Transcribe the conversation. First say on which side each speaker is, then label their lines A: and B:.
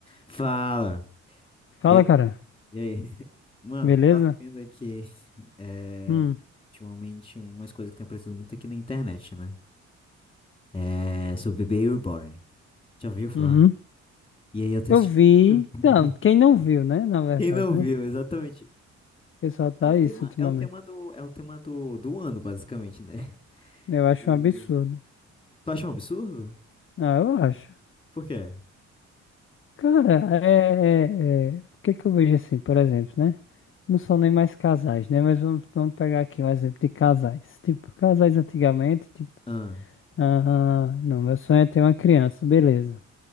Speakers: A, on the left; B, on the left.
A: Fala.
B: Fala,
A: E aí?
B: cara.
A: E aí? <laughs> Mano,
B: Beleza?
A: tava vendo aqui é,
B: Hum,
A: ultimamente umas coisas que tem aparecido muito aqui na internet, né? É, sobre Baby Reborn. Já ouviu falar?
B: uhum.
A: E aí eu tenho
B: Eu
A: assistido.
B: vi.
A: <laughs>
B: Não, quem não viu, né? Na verdade,
A: Quem não
B: né?
A: viu,
B: O
A: exatamente.
B: pessoal tá
A: É o tema,
B: isso ultimamente.
A: é o tema do, é o tema do, do ano, basicamente, né?
B: Eu acho
A: E...
B: um absurdo.
A: Tu acha um absurdo?
B: Ah, eu acho.
A: Por quê?
B: Cara, é, é, é, O que é que eu vejo assim, por exemplo, né? Não são nem mais casais, né? Mas vamos, vamos pegar aqui um exemplo de casais. Tipo, casais antigamente, tipo,
A: Ah.
B: ah, não, meu sonho é ter uma criança, beleza.